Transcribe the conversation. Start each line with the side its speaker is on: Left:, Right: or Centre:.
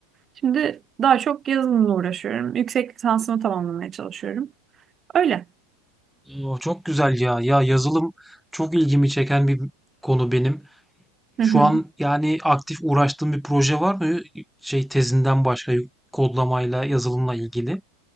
Right: Şimdi daha çok yazılımla uğraşıyorum. Yüksek lisansımı tamamlamaya çalışıyorum. Öyle.
Centre: aa, çok güzel ya. Ya yazılım çok ilgimi çeken bir konu benim. Şu
Right: Hı hı.
Centre: an yani aktif uğraştığım bir proje var mı? Şey tezinden başka kodlamayla, yazılımla ilgili.